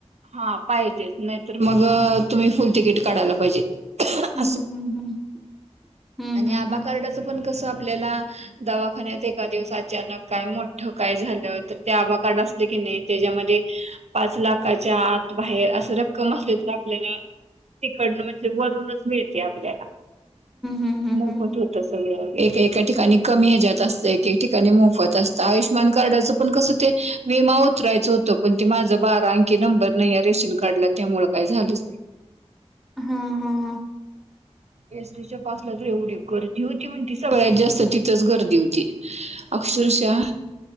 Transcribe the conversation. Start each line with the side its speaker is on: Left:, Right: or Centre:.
Right: हा पाहिजे नाहीतर मग अ तुम्ही फुल तिकीट काढायला पाहिजे.
Centre: हम्म
Right: असं
Centre: हम्म हम्म हम्म
Right: आणि आबा कार्डाचं पण कसं आपल्याला दवाखान्यात एका दिवस अचानक काय मोठ ठोकाय झालं तर ते आभा कार्ड असलं की नाही त्याच्यामध्ये पाच लाख काच्या आत बाहेर असं रख कम असले तर आपल्यालाळ तिकडनं, म्हणजे वरूनच मिळते आपल्याला
Centre: हम्म हम्म हम्म
Right: मोफत
Centre: हम्म हम्म हम्म.
Right: होतं सगळं एके एका ठिकाणी कमी हच्यात असतं एकक ठिकाणी मोफत असतं आयुष्यमान कार्डाचं पण कसं ते विमा उतरायचं होतं पण ते माझं बारा आणंखी नंबर नाही आहे रेशन कार्डला त्यामुळ काही झालंच नाही.
Centre: हा हा हा.
Right: एसटीच्या पासला तर एवढी गर्दी होती म्हणतीसा सगळ्यात जास्त तिथंच गर्दी होती. अक्षरशः